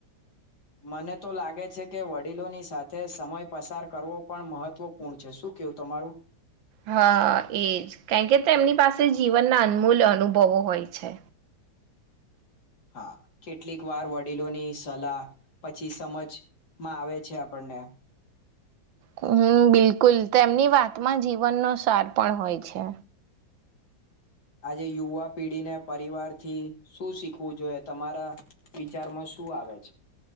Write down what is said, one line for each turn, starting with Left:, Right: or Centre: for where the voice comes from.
Left: મને તો લાગે છે કે વડીલોની સાથે સમય પસાર કરવો પણ મહત્વપૂર્ણ છે શું કેવું તમારું
Right: હા એજ કારણ કે તેમની પાસે જીવનના અનમૂલ અનુભવો હોય છે.
Left: હા કેટલીક વાર વડીલોની સલાહ પછી સમજમાં આવે છે આપણને
Right: હું બિલકુલ તેમની વાતમાં જીવનનો સાર પણ હોય છે
Left: આજે યુવા પેઢીને પરિવાર થી શું શીખવું જોઈએ તમારા વિચારમાં શું આવે છે.